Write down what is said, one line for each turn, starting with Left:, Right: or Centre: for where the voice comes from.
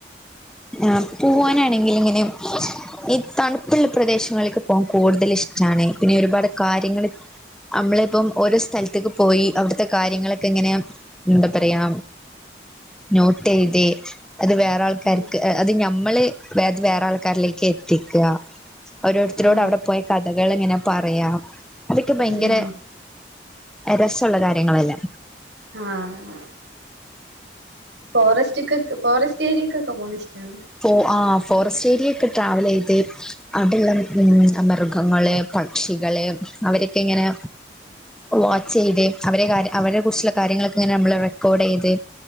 Centre: ആഹ് പുവാനാണെങ്കിൽ ങ്ങനെ ഈ തണുപ്പുള്ള പ്രദേശങ്ങളക്ക് വാൻ കൂടുതൽ ഇഷ്ടാണ് പിന്നെ ഒരുപാട് കാര്യങ്ങൾ അമ്മളിപ്പം ഓരോ സ്ഥലത്തേക്ക് പോയി അവിടുത്തെ കാര്യങ്ങളൊക്കെ ഇങ്ങനെയാ ന്താ പറയാ നോട്ട് എഴുതി അത് വേറെ ആൾക്കാർക്ക്
Right: ഉം
Centre: അത് ഞമ്മള് വേറെ ആൾക്കാരിലേക്ക് എത്തിക്കുക ഓരോരുത്തരോട്
Right: ആഹ്
Centre: അവിടെ പോയ കഥകൾ ങ്ങനെ പറയാം അതൊക്കെ ഭയങ്കര
Right: ഉം
Centre: രസള്ള കാര്യങ്ങളല്ലേ
Right: ആഹ് ഫോറസ്റ്റിക് ഫോറസ്റ്റ് ഏരിയക്കൊക്കെ പോണ ഇഷ്ടാണോ
Centre: ഫോ ആഹ് ഫോറസ്റ്റ് ഏരിയ ഒക്കെ ട്രാവലെയ്ത് അവിടെള്ള ഉം മൃഗങ്ങളെ പക്ഷികളെ അവരൊക്കെ ങ്ങനെ വാച്ച് യ്ത് അവരെ കാര്യ അവരെ കുറിച്ചുള്ള കാര്യങ്ങളൊക്കെ ഇങ്ങനെ നമ്മള് റെക്കോർഡ് ചെയ്ത്